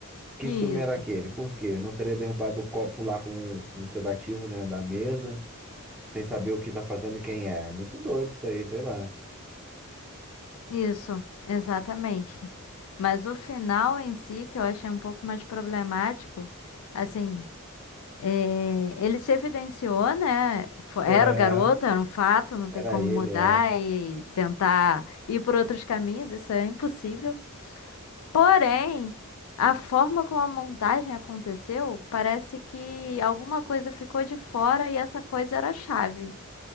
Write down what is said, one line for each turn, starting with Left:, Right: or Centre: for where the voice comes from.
Centre: Que
Left: Isso,
Centre: ciúme era aquele? Por quê? Não teria derrubado o copo lá com um sedativo, né, da mesa, sem saber o que tá fazendo e quem é. Muito doido isso aí, sei lá.
Left: isso, exatamente. Mas o final em si, que eu achei um pouco mais problemático, assim, é, ele se evidenciou, né? fo- Era
Centre: É.
Left: o garoto, era um fato, não tem
Centre: Era
Left: como
Centre: ele,
Left: mudar
Centre: é.
Left: e tentar ir por outros caminhos, isso é impossível. Porém, a forma como a montagem aconteceu, parece que alguma coisa ficou de fora e essa coisa era a chave.